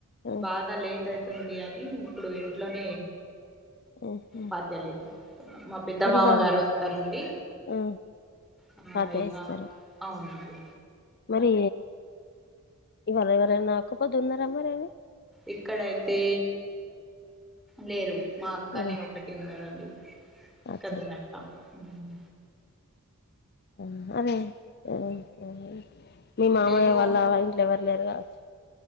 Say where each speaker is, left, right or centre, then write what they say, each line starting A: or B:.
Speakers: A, on the left; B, in the centre.
A: ఆ
B: బాగా లేట్ అయితుంది అని ఇప్పుడు ఇంట్లోనే
A: ఆహా
B: పాచలే మా పెద్ద
A: మరి
B: మామగారు
A: ఇవాళ
B: వస్తారండి
A: ఆ
B: ఆ
A: ఫాతిహ
B: ఇకా
A: ఇస్తారు
B: అవునండి
A: మరి ఇవాళ ఎవరైనా ఆకపోద్దు ఉన్నారా మరేని
B: ఇక్కడయితే లేరు మా అక్కని
A: ఇవా
B: ఒకటి ఉన్నదండి
A: అచ్చ
B: కద నాప్ప హ్మ్
A: అవునుమరి అ అ మీ మామయ్య
B: నేను
A: వాళ్ళ ఇంట్లో ఎవరు లేరు కావచ్చు